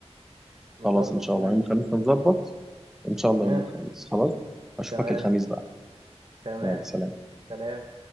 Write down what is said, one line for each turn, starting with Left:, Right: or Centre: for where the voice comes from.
Right: نظبط
Centre: خلاص ان شاء
Right: وننزل
Centre: الله يوم الخميس هنظبط ان شاء
Right: تمام
Centre: الله يوم الخميس خلاص اشوفك
Right: تمام
Centre: الخميس بقى
Right: تمام
Centre: يلا سلام
Right: سلام